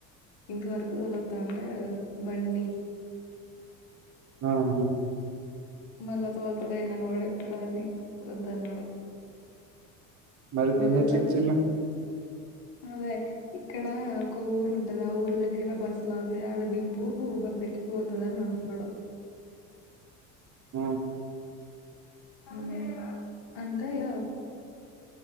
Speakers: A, on the left; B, on the right.
A: ఇంటి వరకు తొలత్తా అంటే బండి
B: ఆహ
A: మళ్ళ తోల్తడో ఏనన్న పడేత్తడో అని వద్దన్నడు
B: మరి
A: మల్ళ
B: నిన్న ఎట్లా
A: తర్
B: ఇచ్చిండు
A: అదే ఇక్కడ ఒక ఊరు ఉంటది ఆ ఊరు దగ్గర బస్సులు ఆగుతాయి ఆడ దింపు ఉ బస్సెకి పోతదని అన్నడు
B: ఉమ్
A: మ్ అంటే ఇగ